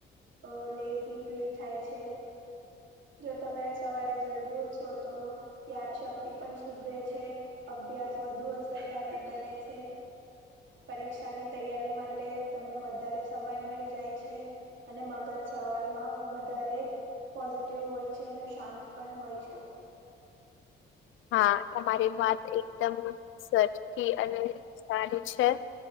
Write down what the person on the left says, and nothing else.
હા તમારી વાત એકદમ સરખી અને સારી છે